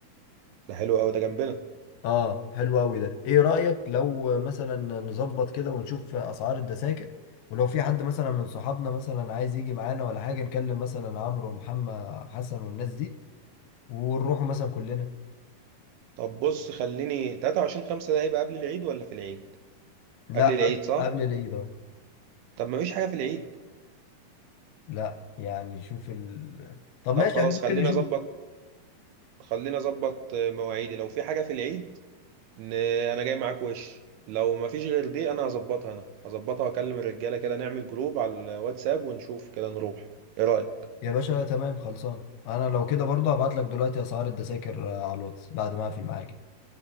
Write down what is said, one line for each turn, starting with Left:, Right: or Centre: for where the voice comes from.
Right: ده حلو أوي ده جنبنا
Left: اه حلو قوي ده ايه رايك لو مثلا نظبط كده ونشوف اسعار التذاكر ولو في حد مثلا من صحابنا مثلا عايز يجي معانا ولا حاجه نكلم مثلا عمرو ومحمد حسن والناس دي ونروحوا مثلا كلنا
Right: طب بص خليني 23 5 ده هيبقى قبل العيد ولا في العيد؟
Left: لا
Right: قبل
Left: قبل
Right: العيد صح؟
Left: قبل العيد اه
Right: طب مفيش حاجة في العيد
Left: لا يعني شوف ال... طب ماشي
Right: طب خلاص
Left: احنا ممكن
Right: خلينا
Left: نشوف
Right: أظبط خلينا أظبط آه، مواعيدي لو في حاجة في العيد ان انا جاي معاك وش لو ما فيش غير دي انا هظبطها انا هظبطها واكلم الرجاله كده نعمل جروب على الواتساب ونشوف كده نروح ايه رايك
Left: يا باشا تمام خلصان انا لو كده برضه هبعت لك دلوقتي اسعار التذاكر آه، على الواتس بعد ما اقفل معاك